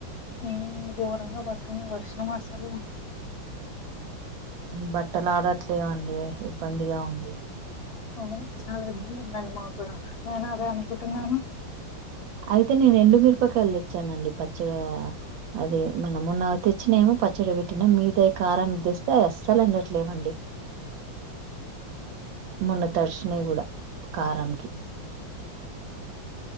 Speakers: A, on the left (about 50°); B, on the right (about 75°).
A: ఉమ్ ఘోరంగా పడుతుంది వర్షం అసలు
B: బట్టలు ఆరట్లేదండి ఇబ్బందిగా ఉంది
A: అవును చాలా ఇబ్బంది ఉందండి మా కూడా నేను అదే అనుకుంటున్నాను
B: అయితే నేను ఎండు మిరపకాయలు తెచ్చానండి పచ్చడి అది మనమున్న తెచ్చిన ఏమో ప పచ్చడి పెట్టిన మీద కారానికి తెస్తే అస్సలు ఉండట్లేవండి మొన్న తడిచిన కూడా కారనికి